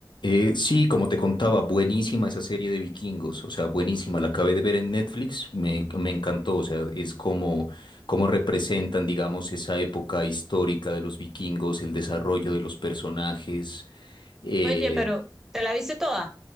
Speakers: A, on the left; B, in the centre.
A: Eh, sí, como te contaba, buenísima esa serie de vikingos, o sea, buenísima, la acabé de ver en Netflix, me, me encantó, o sea, es como, como representan, digamos, esa época histórica de los vikingos, el desarrollo de los personajes. eh,
B: Oye, pero te la viste toda,